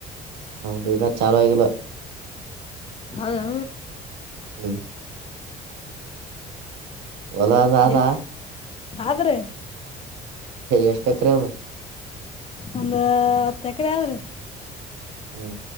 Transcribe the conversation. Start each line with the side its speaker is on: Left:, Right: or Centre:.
Right: ಹೌದು ಇನ್ನ ಚಾಲೂ ಆಗಲ್ಲ
Left: ಹೌದಾ
Right: ಹ ಒಲದಾದಾ
Left: ಎಲ್ ಆದ್ರೆ
Right: ಎಷ್ಟ ಎಕರೆ ಅದು
Left: ಒಂದ ಹತ್ತು ಎಕರೆ ಆದ್ರಿ
Right: ಹ್ಮ್